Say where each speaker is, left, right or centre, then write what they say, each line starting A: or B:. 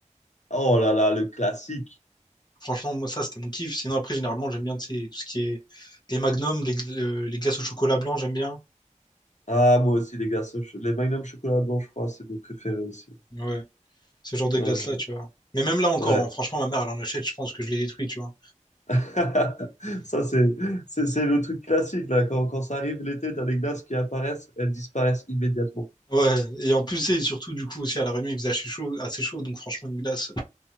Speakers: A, on the left; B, on the left.
A: Oh là là, le classique.
B: Franchement, moi, ça, c'était mon kiff. Sinon, après, généralement, j'aime bien tu sais, tout ce qui est les magnums, les, gl- euh, les glaces au chocolat blanc, j'aime bien.
A: Ah moi aussi les glaces, au ch- les Magnum chocolat blanc, je crois, c'est mes préférés aussi.
B: Ouais, ce genre de
A: Ouais.
B: glace-là,
A: je-
B: tu vois. Mais même là encore,
A: ouais.
B: hein, franchement, ma mère, elle en achète, je pense que je l'ai détruit, tu vois.
A: <laughs> Ça c'est c'est c'est le truc classique là. Quand quand ça arrive l'été, t'as des glaces qui apparaissent, elles disparaissent immédiatement.
B: Ouais, et en plus, c'est surtout, du coup, aussi à La Réunion, il faisait assez chaud, assez chaud, donc franchement, une glace,